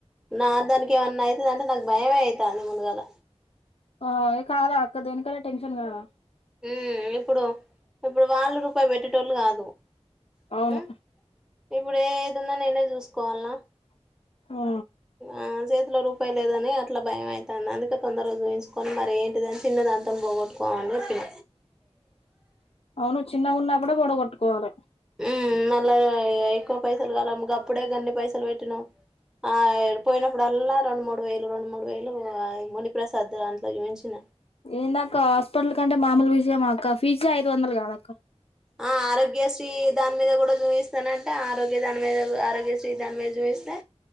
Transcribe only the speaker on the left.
ఆ కాదక్కా, దేనికైనా టెన్షన్ కదా
అవును
ఆ
అవును చిన్నగున్నప్పుడే పొడగొట్టుకోవాలె
ఏందాక్క హాస్పిటల్ కంటే మామూలు విషయమా అక్క ఫీజే ఐదు వందలు కాదక్క